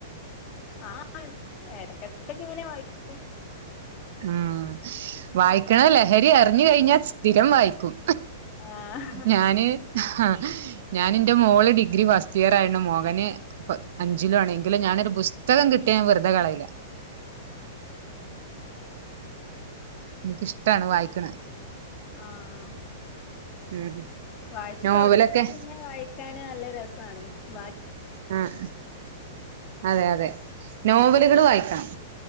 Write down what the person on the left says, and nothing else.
ആഹ് എടെക്കെടക്കെക്കെങ്ങനെ വായിക്കും.
ആഹ്
ആഹ് ആഹ്
വായിച്ച്
തൊടങ്ങിയ പിന്നെ വായിക്കാൻ ന് നല്ല രെസാണ് വ
ഉം